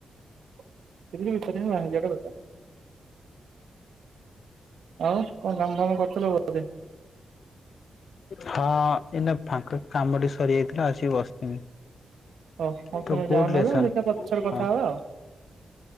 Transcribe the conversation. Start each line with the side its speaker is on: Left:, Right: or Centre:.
Right: <unintelligible> ଆଉ କଣ କାମ ଫାମ କରିୁଥିଲ ବୋଧେ?
Left: ହଁ ଏଇନା ଫାଙ୍କ କାମଟି ସରିଯାଇଥିଲା ଆସିକି ବସିଥିଲି।
Right: ହଉ ଆଉ
Left: ତ
Right: ତମେ
Left: ଗୁଡ
Right: ଯାଅ ନହେଲେ
Left: ଲେସନ
Right: ଦେଖିବା ପଛରେ କଥା
Left: ହଁ
Right: ହବା ଆଉ